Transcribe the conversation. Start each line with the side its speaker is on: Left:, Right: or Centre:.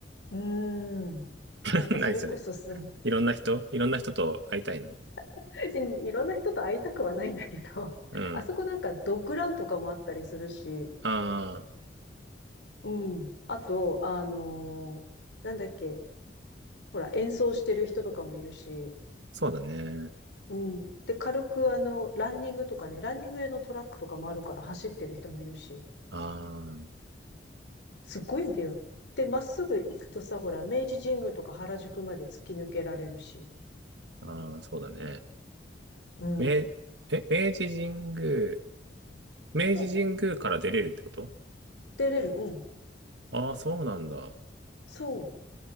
Left: うーん。
Right: <laughs>
Left: なんかそれこそさ、
Right: 何それ。いろんな人いろんな人と会いたいの
Left: <laughs> いろんな人と会いたくはないんだけど、<laughs>
Right: うん。
Left: あそこなんかドッグランとかもあったりするし、
Right: ああ、
Left: うん。あと、あのーなんだっけ、ほら、演奏してる人とかもいるし、
Right: そうだね。
Left: うん。で、軽くあの、ランニングとかね、ランニング用のトラックとかもあるから走ってる人もいるし、
Right: ああ。
Left: すごいんだよ。で、まっすぐ行くとさ、ほら、明治神宮とか原宿まで突き抜けられるし。
Right: ああ、そうだね。
Left: うん。
Right: 明、え、明治神宮、明治神宮から出れるってこと
Left: うん。出れる。うん。
Right: ああ、そうなんだ。
Left: そう。